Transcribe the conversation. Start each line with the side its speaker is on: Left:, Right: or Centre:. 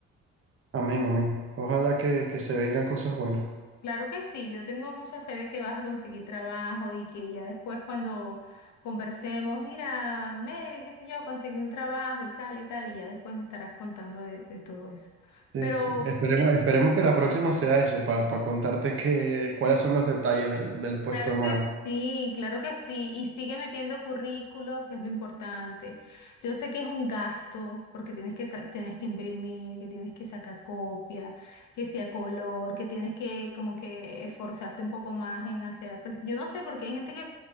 Right: Amén, amén. Ojalá que, que se vengan cosas buenas.
Left: Claro que sí, yo tengo mucha fe de que vas a conseguir trabajo y que ya después cuando conversemos, mira, Mary, qué sé yo, conseguí un trabajo y tal y tal, y ya después me estarás contando de, de todo eso.
Right: Sí,
Left: Pero,
Right: sí. Esperemos,
Left: ¿qué-
Right: esperemos que la próxima sea eso, para contarte que, cuáles son los detalles del, del puesto
Left: Claro
Right: nuevo.
Left: que sí, claro que sí. Y sigue metiendo currículo, que es lo importante. Yo sé que es un gasto, porque tienes que, sa- tienes que imprimir, que tienes que sacar copia, que sea color, que tienes que como que esforzarte un poco más en hacer la presen- Yo no sé, porque hay gente que